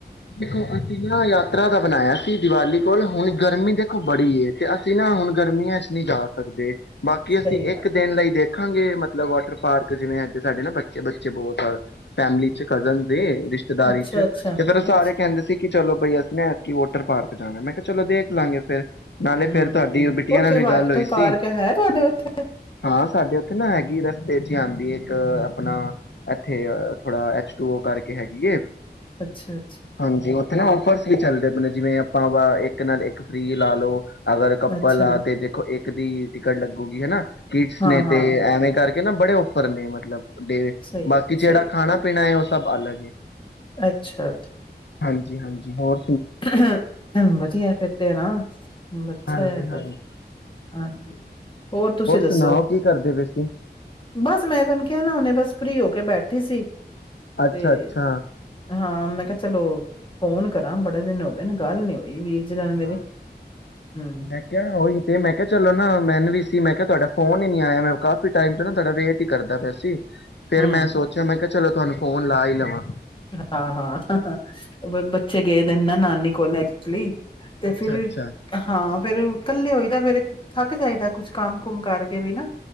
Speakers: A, on the left; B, on the left.
A: ਦੇਖੋ ਅਸੀਂ ਨਾ ਯਾਤਰਾ ਦਾ ਬਣਾਇਆ ਸੀ। ਦੀਵਾਲੀ ਕੋਲ ਹੁਣ ਗਰਮੀ ਦੇ ਬੜੀ ਏ ਤੇ ਅਸੀਂ ਨਾ ਹੁਣ ਗਰਮੀਆਂ ਚ ਨਹੀਂ ਜਾ ਸਕਦੇ। ਬਾਕੀ
B: ਸਹੀ
A: ਅਸੀਂ ਇੱਕ
B: ਗੱਲ
A: ਦਿਨ
B: ਏ,
A: ਲਈ ਦੇ ਦੇਖਾਂਗੇ, ਮਤਲਬ ਵਾਟਰ ਪਾਰਕ ਜਿਵੇਂ ਅੱਜ ਸਾਡੇ ਨਾ ਬੱਚੇ ਬੱਚੇ ਬਹੁਤ ਆ ਫੈਮਿਲੀ ਚ ਕੱਜਨ ਦੇ। ਰਿਸ਼ਤੇਦਾਰੀ
B: ਅੱਛਾ-ਅੱਛਾ,
A: ਚ ਤੇ ਫਿਰ ਸਾਰੇ
B: ਅੱਛ
A: ਕਹਿੰਦੇ ਸੀ। ਕਿ ਚਲੋ ਬਈ ਅਸੀਂ ਨਾ ਐਤਕੀ ਨਾ ਵਾਟਰ ਪਾਰਕ ਜਾਣਾ, ਮੈਂ ਕਿਹਾ ਚਲੋ ਦੇਖ ਲਾਂਗੇ ਫ਼ਿਰ। ਨਾਲੇ
B: ਹੂੰ।
A: ਫ਼ਿਰ ਤੁਹਾਡੀ ਓਹ ਬਿੱਟਿਆ
B: ਉੱਥੇ
A: ਨਾਲ ਵੀ
B: ਵਾਟਰ
A: ਗੱਲ ਹੋਈ
B: ਪਾਰਕ
A: ਸੀ,
B: ਹੈ ਤੁਹਾਡੇ ਉੱਥੇ?
A: ਹਾਂ ਸਾਡੇ ਉੱਥੇ ਨਾ ਹੈਗੀ ਆ। ਤੇ ਏਥੇ ਆਦੀ ਆ ਇੱਕ ਆਪਣਾ ਇੱਥੇ ਥੋੜਾ ਐਚ ਟੂ ਓ ਕਰਕੇ ਹੈਗੀ ਏ।
B: ਅੱਛਾ,
A: ਹਾਂਜੀ ਉੱਥੇ ਨਾ ਔਫਰਸ ਵੀ ਚੱਲਦੇ ਪਏ ਨੇ ਜਿਵੇਂ ਆਪਾਂ ਵਾ ਇੱਕ ਨਾਲ ਇੱਕ ਫੀ੍ ਲਾ ਲਓ। ਅਗਰ ਕੱਪਲ
B: ਅੱਛਾ,
A: ਆ ਤੇ ਦੇਖੋ ਇੱਕ ਕ ਦੀ ਟਿਕਟ ਲੱਗੂਗੀ ਹੈਨਾ। ਕਿਟਸ
B: ਹਾਂ-ਹਾਂ,
A: ਨੇ ਤੇ ਐਵੇਂ ਕਰਕੇ ਕੇਨਾ ਬੜੇ ਔਫਰ ਨੇ ਮਤਲਬ। ਡੇ
B: ਸਹੀ-ਸਹੀ।
A: ਬਾਕੀ ਜਿਹੜਾ ਖਾਣਾ ਪੀਣਾ ਏ ਓਸ ਸਭ ਅਲੱਗ ਏ।
B: ਅੱਛਾ।
A: ਹਾਂਜੀ-ਹਾਂਜ ਬੋਰ
B: <inaudible> ਵਧੀਆ ਫੇਰ ਤੇ ਨਾ। ਅੱਛਾ
A: ਹਾਂਜੀ ਹਾਂਜੀ
B: ਤੇ ਹਾਂਜੀ ਹੋਰ ਤੁਸੀਂ ਦੱਸੋ
A: ਸੁਣਾਓ ਕੀ ਕਰਦੇ ਪਏ ਸੀ
B: ਬਸ ਮੈਂ ਤੁਹਨੂੰ ਕਿਹਾ ਨਾ ਉਹਨੇ ਬਸ ਫਰੀ ਹੋ ਕੇ ਬੈਠੀ ਸੀ।
A: ਅੱਛਾ-ਅੱਛਾ।
B: ਤੇ ਹਾਂ, ਮੈਂ ਕਿਆ ਚਲੋ ਫੋਨ ਕਰਾਂ ਬੜ ਦਿਨ ਹੋ ਗਏ ਨੇ ਗੱਲ ਨੀ ਹੋਈ ਵੀਰ। ਜੀ ਨਾਲ ਮੇਰੀ,
A: ਹਾਂ
B: ਹੂੰ,
A: ਮੈਂ ਕਿਹਾ ਉਹੀ ਤੇ ਮੈਂ ਕਿਹਾ ਚਲੋ ਨਾ ਮੈਨੂੰ ਵੀ ਸੀ ਮੈਂ ਤੁਹਾਡਾ ਫੋਨ ਹੀ ਨੀ ਆਇਆ ਮੈਂ ਕਾਫੀ ਟਾਈਮ ਚ ਨਾ ਤੁਹਾਡਾ ਵੇਟ ਹੀ ਕਰਦਾ ਪਿਆ ਸੀ। ਫੇਰ
B: ਹੂੰ।
A: ਮੈਂ ਸੋਚਿਆ ਮੈਂ ਕਿਹਾ ਚਲੋ ਤੁਹਾਨੂੰ ਫੋਨ ਲਾ ਹੀ ਲਵਾਂ।
B: ਹਾਂ- ਹਾਂ ਬੱਚੇ ਗਏ ਦੇ ਨੇ ਨਾ ਨਾਨੀ ਕੋਲ ਐਕਚੁਲੀ। ਤੇ
A: ਅੱਛਾ-ਅੱਛਾ,
B: ਫਿਰ ਵੀ ਹਾਂ ਫਿਰ ਇਕੱਲੇ ਹੋਈਦਾ ਫੇਰ ਥੱਕ ਜਾਈਦਾ ਕੁਛ ਕੰਮ ਕੁਮ ਕਰਕੇ ਵੀ ਨਾ।